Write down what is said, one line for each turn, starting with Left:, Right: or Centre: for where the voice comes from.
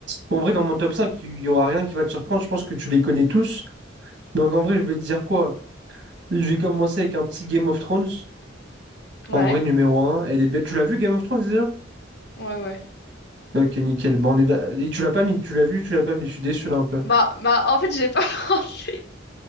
Right: en vrai, dans mon top 5 il y aura rien qui va te surprendre. Je pense que tu les connais tous. Donc, en vrai, je vais te dire quoi? Je vais commencer avec un petit Game of Thrones.
Left: Ouais,
Right: En vrai, numéro un elle est belle. Tu l'as vu, Game of Thrones,
Left: ouais, ouais.
Right: Ok, nickel. Bon, on est d'a- Et tu l'as pas mis, tu l'as vu, tu l'as pas mis. Je suis déçu là un peu.
Left: Bah, bah, en fait, j'ai pas <laughs> pensé,